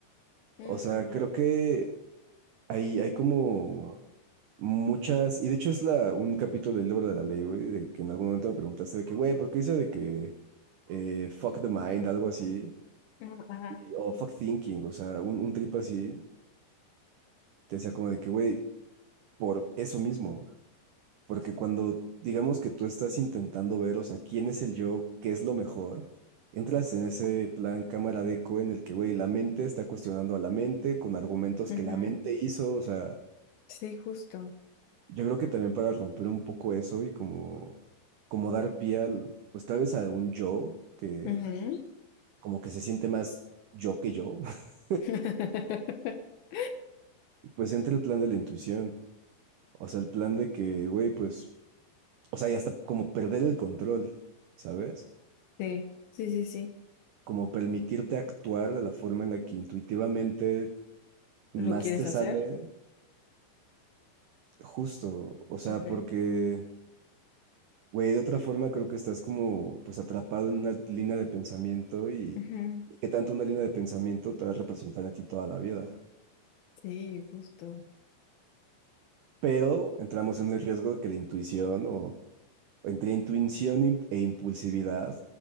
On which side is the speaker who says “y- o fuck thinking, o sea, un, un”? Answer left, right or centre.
Right